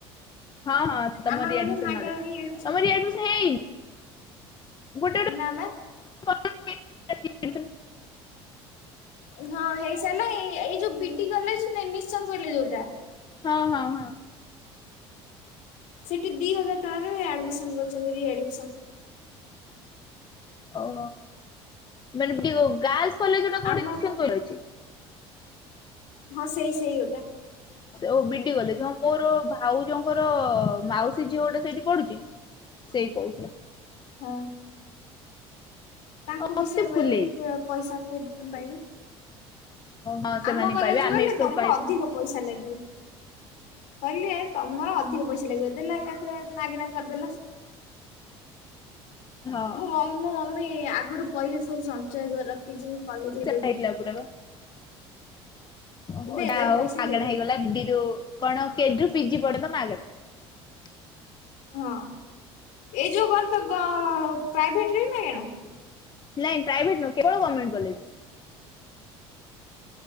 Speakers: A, on the left; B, on the left.
A: ହଁ ହଁ ତମ
B: ଆମର
A: ରିଆଡମିସନ
B: ବୋଧେ ମଗେନା
A: ନଗା
B: ରିଆଡମିସନ
A: ତମ ହେଇନି ଗୋଟେ
B: ନା ନା
A: ଗୋଟେ
B: ହଁ ହେଇସାରିଲା ଏଇ ଏଇ ଯୋଉ ବିଡି କଲେଜ ନିଶ୍ଚୟ କହିଲେ ଯୋଉଟା
A: ହଁ ହଁ ହଁ।
B: ସେଠି ଦି ହଜାର ଟଙ୍କାରେ ଆଡମିସନ କରୁଛନ୍ତି ରିଆଡମିସନ
A: ଓହ ମାନେ ଦି ଗାର୍ଲସ କଲେଜ ଟା କୋଉଠି
B: ଆମର
A: ନିଶ୍ଚୟକୋଇଲି
B: କଣ
A: ରେ ଅଛି?
B: ହଁ ସେଇ ସେଇ ଗୋଟା
A: ସେ ଓ ବିଡି କଲେଜ ହଁ ମୋର ଭାଉଜଙ୍କର ମାଉସୀ ଝିଅ ଗୋଟେ ସେଇଠି ପଢୁଛି ସେଇ କହୁଥିଲା।
B: ହଁ ତାଙ୍କୁ
A: ଅତି
B: ବି ସେ
A: ଫୁଲେଇ
B: ଏ ପ ପଇସା <unintelligible> ପାଇବୁ
A: ହଁ ସେମାନେ
B: ଆମ କଲେଜରେ
A: ପାଇବେ ଆମେ
B: ଗଲେ
A: ବି ସବୁ
B: ତମର
A: ପାଇବୁ
B: ଅଧିକ ପଇସା ଲାଗିବ। କହିଲେ ତମର ଅଧିକ ପଇସା ଲାଗିବ ଦେଲା ଏକାଥରେ ମାଗିଣା କରିଦେଲା।
A: ହଁ।
B: ମୋ ମମି ଆଗରୁ ପଇସା ସବୁ ସଞ୍ଚୟ କରି ରଖିଛି ମୁଁ କଲେଜ ଦେବି।
A: ହେଇଥିଲା ପୁରା ପା। ଓହୋ
B: ଦେଇଦେବେ
A: ଯାହା ହଉ
B: ପଇସା
A: ମାଗଣା
B: ଦେଇଦେବେ
A: ହେଇଗଲା <unintelligible> କଣ ଏଲ କେଜିରୁ ପିଜି ପର୍ଯ୍ୟନ୍ତ ମାଗଣା। <inaudible>
B: ହଁ ଏଇ ଯୋଉ କଣ ତ ପ୍ରାଇଭେଟରେ ମାଗେଣା?
A: ନାଇଁ ପ୍ରାଇଭେଟ ନୁହଁ କେବଳ ଗଭର୍ଣ୍ମେଣ୍ଟ କଲେଜ।